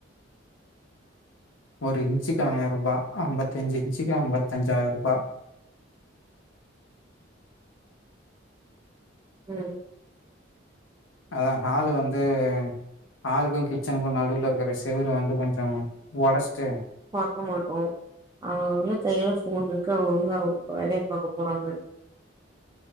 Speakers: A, on the left (about 80°); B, on the right (about 20°).
A: ஒரு இன்சுக்கு ஆயர்ருபா அம்பத்தஞ்சு இன்சுக்கு அம்பத்தஞ்சாயருபா
B: ம்
A: அதா ஹாலு வந்து ஹாலுக்கு கிச்சனுக்கு நடுல இருக்கஸ் செவுர வந்து கொஞ்சோ ஒடஸ்ட்டு
B: பக்க மாட்டோ அவங்கவங்க கையில ஃபோன்ருக்கு அவங்கவுங்க அவங்க வேலைய பாக்க போறாங்க